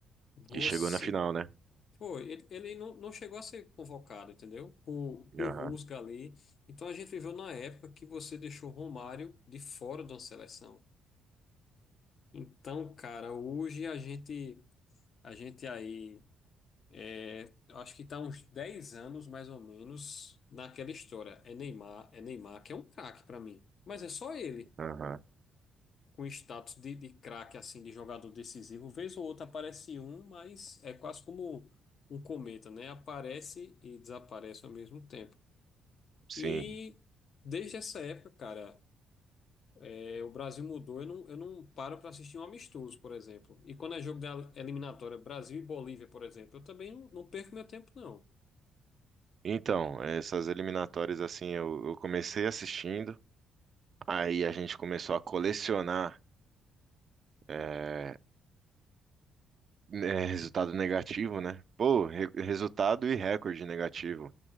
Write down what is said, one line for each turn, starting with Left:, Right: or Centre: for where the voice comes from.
Left: Você,
Right: E chegou na final, né?
Left: Foi, ele, ele não, não chegou a ser convocado, entendeu? Por, por
Right: Aham,
Left: Rusga ali. Então a gente viveu na época que você deixou Romário de fora da seleção. Então, cara, hoje a gente, a gente aí, é, acho que está uns 10 anos mais ou menos naquela história. É Neymar, é Neymar, que é um craque para mim. Mas é só ele.
Right: aham.
Left: com status de, de craque, assim, de jogador decisivo. Vez ou outra aparece um, mas é quase como um cometa, né? Aparece e desaparece ao mesmo tempo.
Right: Sim.
Left: E desde essa época, cara, é, o Brasil mudou. Eu não, eu não paro para assistir um amistoso, por exemplo. E quando é jogo da eliminatória, Brasil e Bolívia, por exemplo, eu também não, não perco meu tempo, não.
Right: Então, essas eliminatórias, assim, eu, eu comecei assistindo, aí a gente começou a colecionar é, né, resultado negativo, né? Pô, re- resultado e recorde negativo.